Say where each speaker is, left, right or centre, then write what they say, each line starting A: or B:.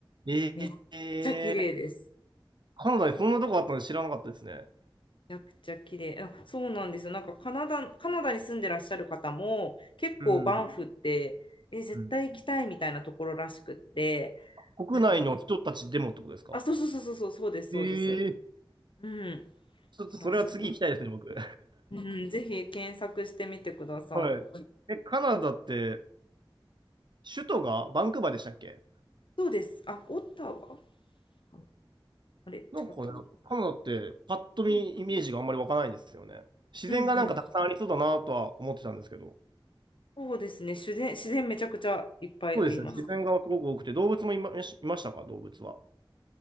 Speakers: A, on the right; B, on the left.
A: ええー
B: めっちゃ綺麗です。
A: カナダにそんなとこあったの知らなかったですね。
B: めちゃくちゃ綺麗。あ、そうなんですよ。なんかカナダ、カナダに住んでらっしゃる方も結構バンフってえ絶対行きたいみたいなところらしくって、
A: うん。うん。国内の人たちでもってことですか
B: なんか、あ、そうそうそうそうそうそうですそうです。
A: ええー
B: うん。
A: ちょっとそれは次行きたいですね、
B: から、すごい。
A: 僕。<laughs>
B: うん、ぜひ検索してみてください。
A: はい。え、カナダって、首都がバンクーバーでしたっけ
B: そうです。あ、オッタワかなあれ、違ったかな。
A: なんかね、カナダってパッと見イメージがあんまり湧かないんですよね。
B: うん、
A: 自然がなんかたくさんありそうだなとは思ってたんですけど。
B: うん、うん。そうですね。自然、自然めちゃくちゃいっぱいありますね。
A: そうですね、自然がすごく多くて、動物もいま、いましたか、動物は。